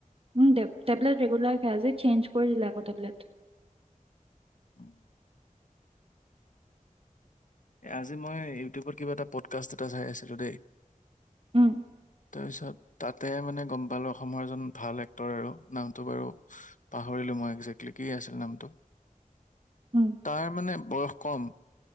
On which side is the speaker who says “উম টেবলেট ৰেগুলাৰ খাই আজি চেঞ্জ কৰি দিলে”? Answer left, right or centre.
Right